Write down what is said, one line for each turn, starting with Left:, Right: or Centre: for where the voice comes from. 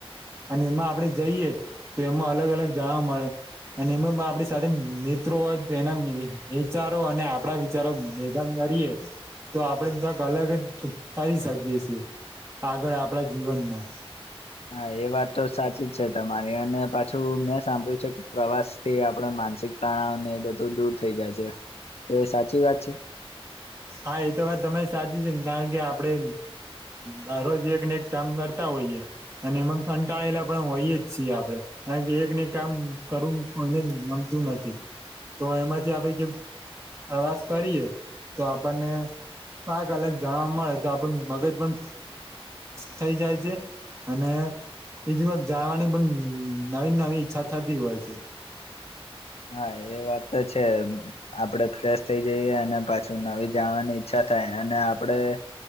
Right: અને એમાં આપડે જઈએ તો એમાં અલગ અલગ જાણવા મળે અને ઈમાં આપડે અને મિત્રો હોય તો તેના વિચારો અને આપણા વિચારો ભેગા કરીએ. તો આપડે કાક અલગ જ કરી શકીએ છીએ. આગળ આપડા જીવનમાં.
Left: હા એ વાત તો સાચી જ છે તમારી અને પાછું મેં સાંભળ્યું છે કે પ્રવાસ થી આપણા માનસિક તણાવને બધું દૂર થઈ જાય છે. તો એ સાચી વાત છે.
Right: હા એ તો વાત તમારી સાચી છે ને કારણ કે આપડે દરરોજ એક ને એક કામ કરતા હોઈએ. અને એમાં કંટાળેલા પણ હોઈએ જ છીએ આપણેે કારણ કે એક ને એક કામ કરવું કોઈને તુ નથી તો એમા જે આપડે જે આવાસ કરીએ તો આપણને પાક અલગ જાણવા મળે તો આપડું મગજ પણ થઇ જાય છે. અને એીજ વાત જાણવાની પણ નવી નવી ઈચ્છા થતી હોય છે.
Left: હા એ વાત તો છે આપડે ફ્રેશ થઈ જઈએ અને પાછું નવી જાણવાની ઈચ્છા થાય અને આપડે